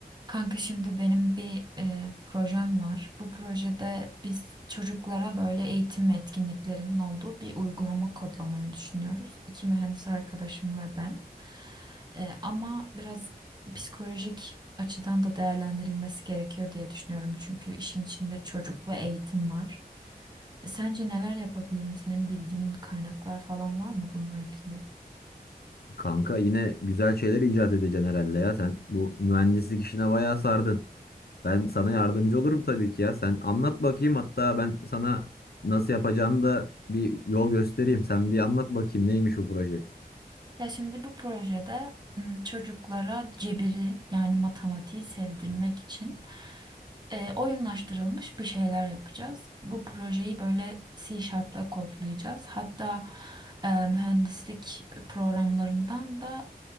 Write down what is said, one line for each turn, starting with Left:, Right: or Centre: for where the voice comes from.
Right: Kanka şimdi benim bir e, projem var. Bu projede biz çocuklara böyle eğitim ve etkinliklerinin olduğu bir uygulama kodlamayı düşünüyoruz. İki mühendis arkadaşım ve ben. E, ama biraz psikolojik açıdan da değerlendirilmesi gerekiyor diye düşünüyorum. Çünkü işin içinde çocuk ve eğitim var. E, sence neler yapabilirim? Senin bildiğin kaynaklar falan var mı bununla ilgili?
Left: Kanka yine güzel şeyler icat edeceksin herhalde ya. Sen bu mühendislik işine bayağı sardın. Ben sana yardımcı olurum tabii ki ya. Sen anlat bakayım hatta ben sana nasıl yapacağını da bir yol göstereyim. Sen bir anlat bakayım neymiş bu proje.
Right: Ya şimdi bu projede m, çocuklara cebiri yani matematiği sevdirmek için e, oyunlaştırılmış bir şeyler yapacağız. Bu projeyi böyle C Sharp'la kodlayacağız. Hatta e, mühendislik programlarından da